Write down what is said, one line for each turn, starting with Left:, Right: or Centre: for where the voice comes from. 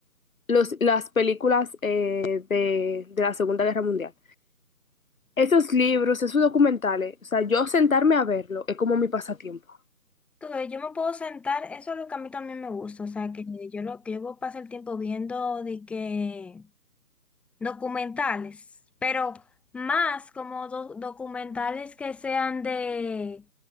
Left: los, las películas eh, de, de la Segunda Guerra Mundial. Esos libros, esos documentales, o sea, yo sentarme a verlo es como mi pasatiempo.
Centre: Tú ves, yo me puedo sentar, eso es lo que a mí también me gusta, o sea, que yo lo que yo paso el tiempo viendo de que documentales, pero más como do- documentales que sean de,